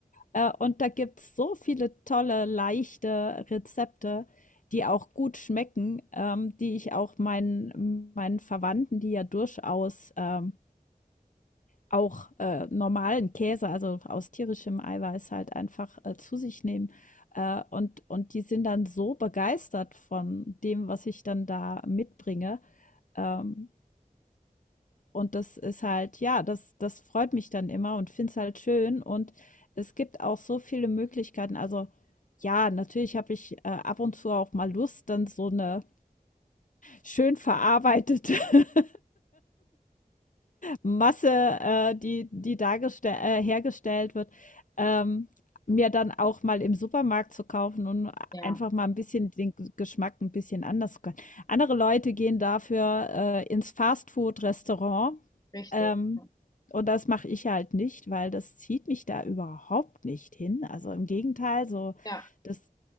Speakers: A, on the left (about 55°); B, on the left (about 25°).
A: Äh, und da gibt's so viele tolle, leichte Rezepte, die auch gut schmecken, ähm, die ich auch meinen, meinen Verwandten, die ja durchaus ähm, auch äh, normalen Käse, also aus tierischem Eiweiß halt einfach äh, zu sich nehmen. Äh, und, und die sind dann so begeistert von dem, was ich dann da mitbringe, ähm, und das ist halt, ja, das das freut mich dann immer und finde es halt schön. Und es gibt auch so viele Möglichkeiten. Also, ja, natürlich habe ich, äh, ab und zu auch mal Lust, dann so eine schön verarbeitete <laughs> Masse, äh, die, die dargestell äh, hergestellt wird, ähm, mir dann auch mal im Supermarkt zu kaufen und
B: ja,
A: einfach mal ein bisschen den G- Geschmack ein bisschen anders zu können. Andere Leute gehen dafür äh, ins Fastfood-Restaurant.
B: richtig.
A: Ähm,
B: Ja,
A: und das mache ich halt nicht, weil das zieht mich da überhaupt nicht hin. Also im Gegenteil, so
B: Ja,
A: das.